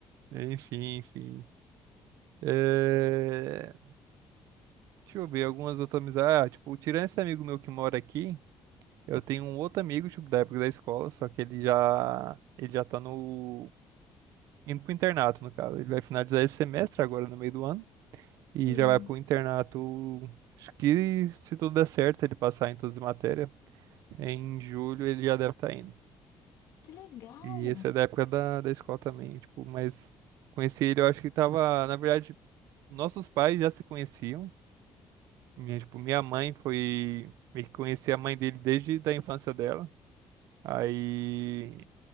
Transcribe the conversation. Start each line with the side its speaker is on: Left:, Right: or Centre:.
Right: enfim, enfim. É... Deixa eu ver algumas outras amizades. Ah, tipo, tirando esse amigo meu que mora aqui, eu tenho um outro amigo, tipo, da época da escola, só que ele já, ele já tá no... indo pro internato, no caso. Ele vai finalizar esse semestre agora, no meio do ano. E
Left: Sim.
Right: já vai pro internato. Acho que se tudo der certo, ele passar em todas as matérias, em julho ele já deve estar indo.
Left: Que legal!
Right: E esse é da época da, da escola também, tipo, mas conheci ele, eu acho que tava, na verdade, nossos pais já se conheciam. Minha, tipo, minha mãe foi, meio que conhecia a mãe dele desde da infância dela. Aí